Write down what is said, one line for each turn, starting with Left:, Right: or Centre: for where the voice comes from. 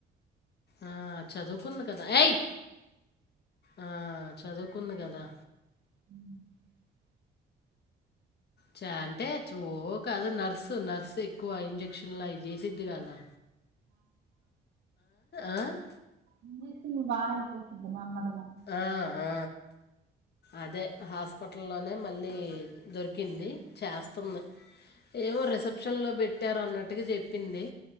Left: ఆ చదువుకుంది కదా ఏయ్. ఆ చదువుకుంది కదా
Right: ఉహ్
Left: చ అంటే జోక్ అద్ నర్సు నర్సు ఎక్కువ ఇంజక్షన్లు అయి జేసిద్ది గదా ఆ?
Right: ఏం జేసుండు బానే జూసింది మన్మడు
Left: ఆ ఆ అదే హాస్పిటల్లోనే మళ్ళీ దొరికింది
Right: నెమ్మదిగానే
Left: చాస్తుంది. ఏమో రిసెప్షన్ లో బేట్టారు అన్నట్టు ఇగా జేప్పింది